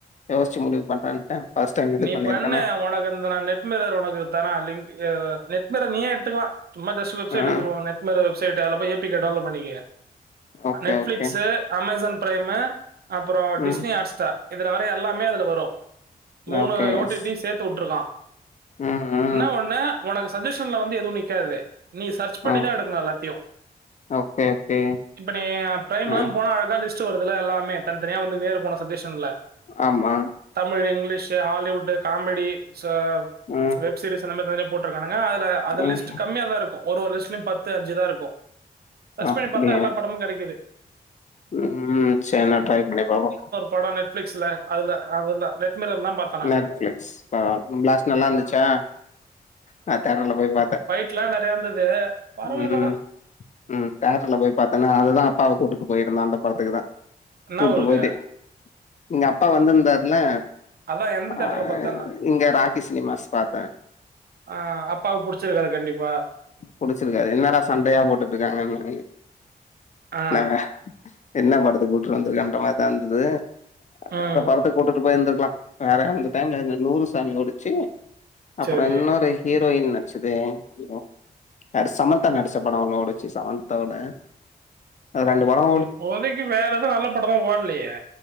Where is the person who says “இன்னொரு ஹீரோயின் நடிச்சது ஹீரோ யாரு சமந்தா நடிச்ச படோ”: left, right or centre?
Left